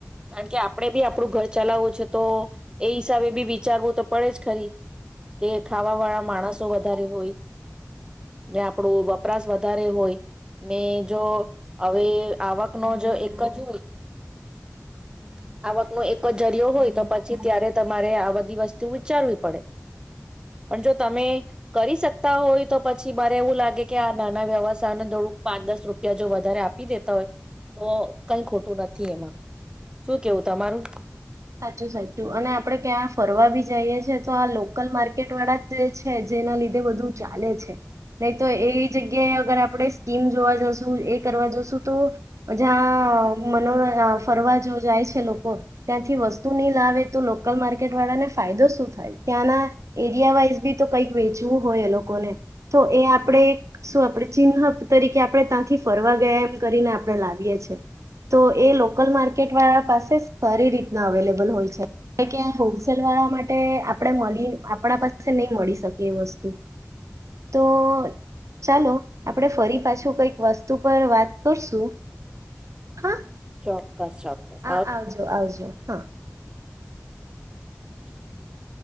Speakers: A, on the right; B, on the right.
A: કારણ કે આપણે બી આપડું ઘર ચલાવવું છે, તો એ હિસાબે બી વિચારવું તો પડે જ ખરી, કે ખાવા વાળા માણસો વધારે હોય, ને આપણું વપરાશ વધારે હોય, ને જો હવે આવક ન જો એક જ <unintelligible> આવકનો એક જ જરિયો હોય, તો પછી ત્યારે તમારે આ બધી વસ્તુ વિચારવી પડે. પણ જો તમે કરી શકતા હોય તો, પછી મારે એવું લાગે કે આ નાના વ્યવથાયને થોડુંક પાંચ દસ રૂપિયા જો વધારે આપી દેતા હોય તો કઈ ખોટું નથી એમાં, શું કેવું તમારું?
B: સાચું સાચું! અને આપડે ક્યાં ફરવા બી જઈએ છે, તો આ લોકલ માર્કેટ વાળા જ જે છે, જેના લીધે બધું ચાલે છે. નહી તો એ જગ્યાએ અગર આપણે સ્કીમ જોવા જઈશું, એ કરવા જશું, તો જ્યાં મનો ફરવા જો જાય છે લોકો ત્યાંથી થી વસ્તુ નહી લાવે તો લોકલ માર્કેટ વાળાને ફાયદો શું થાય? ત્યાંના એરિયા વાઈઝ બી તો કંઈક વેચવું હોય, એ લોકોને તો એ આપણે શું આપણે ચિન્નહ તરીકે આપણે ત્યાંથી ફરવા ગયા એમ કરીને આપણે લાવીએ છીએ તો. એ લોકલ માર્કેટ વાળા પાસે સારી રીતે ડબલ હોય છે, કે હોલસેલ વાળા માટે આપણે મળી આપણા પાસે નહી મળી શકે એ વસ્તુ, તો ચાલો આપણે ફરી પાછું કઈક વસ્તુ પર વાત કરશું. હ
A: ચોક્કસ ચોક્કસ
B: હા આવજો આવજો હા!
A: <inaudible>